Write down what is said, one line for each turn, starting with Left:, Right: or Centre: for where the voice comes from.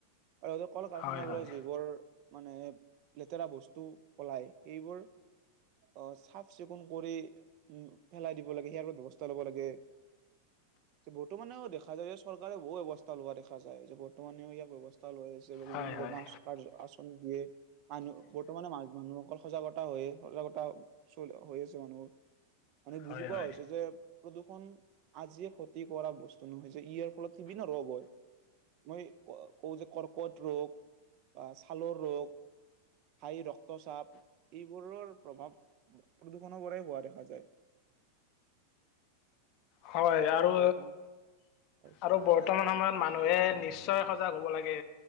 Right: আৰু কল-কাৰখানাবোৰৰ
Left: হয় হয়
Right: যিবোৰ মানে লেতেৰা বস্তু অলাই সেইবোৰ অহ চাফ-চিকুণ। কৰি উম পেলাই দিব লাগে সেয়াৰ বাবে ব্যৱস্থা লব লাগে। বৰ্তমানেও দেখা যায় যে চৰকাৰে বহু ব্যবস্থা লোৱা দেখা যায়। যে বৰ্তমানেও ইয়াক ব্যবস্থা লৈ আছে বিভিন্ন
Left: হয় হয়
Right: ধৰণৰ <unintelligible> দিয়ে মানুহ বৰ্তমানে মানুহ অকল সজাগতা হৈ সজাগতা চল হৈ মানুহ। মানে বুজি
Left: হয়
Right: পোৱা
Left: হয়।
Right: হৈছে যে প্ৰদূষণ আজিয়ে ক্ষতি কৰা বস্তু নহয় যে ইয়াৰ ফলত বিভিন্ন ৰোগ হয়। মই কওঁ যে কৰ্কট ৰোগ বা ছালৰ ৰোগ। হাই ৰক্তচাপ। এইবোৰৰ প্ৰভাৱ, প, প্ৰদূ অনবৰেই হোৱা দেখা যায়।
Left: হয়
Right: সেইবাবে
Left: আৰু,
Right: বৰ্তমান হয়
Left: আৰু বৰ্তমান সময়ত মানুহে নিশ্চয় সজাগ হ'ব লাগে।